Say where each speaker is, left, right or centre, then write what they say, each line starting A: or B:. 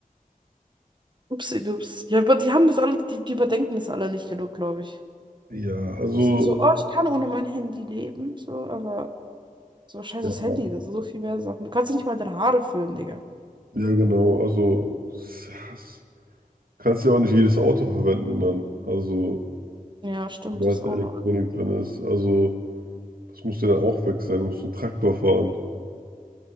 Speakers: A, on the right; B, on the right.
A: Upsi-dups. Ja, aber die haben das alle, die, die überdenken das alle nicht genug, glaube ich.
B: Ja, also,
A: Die sind so, oh, ich kann ohne mein Handy leben, so, aber so scheiß
B: ja,
A: aufs Handy, das sind so viel mehr Sachen. Du kannst ja nicht mal deine Haare föhnen, Digga.
B: ja genau. Also, s- kannst ja auch nicht jedes Auto verwenden dann. Also,
A: Ja, stimmt,
B: sobald
A: das auch
B: da Elektronik
A: noch.
B: drin ist. Also, das muss ja dann auch weg sein. Du musst einen Traktor fahren.